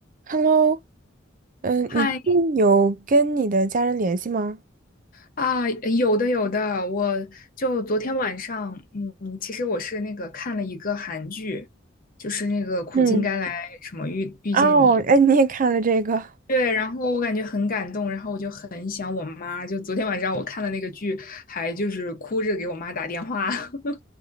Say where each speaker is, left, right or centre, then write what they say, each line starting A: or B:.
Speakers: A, on the right (about 45°); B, on the left (about 45°).
A: Hello，嗯、
B: 嗨
A: 你最近有跟你的家人联系吗？
B: 啊，有的有的，我就昨天晚上，嗯，其实我是那个看了一个韩剧，就是那个《苦尽甘来》什么遇遇见你，
A: 嗯，哦，哎，你也看了这个
B: 对，然后我感觉很感动，然后我就很想我妈，就昨天晚上我看了那个剧，还就是哭着给我妈打电话，<laughs>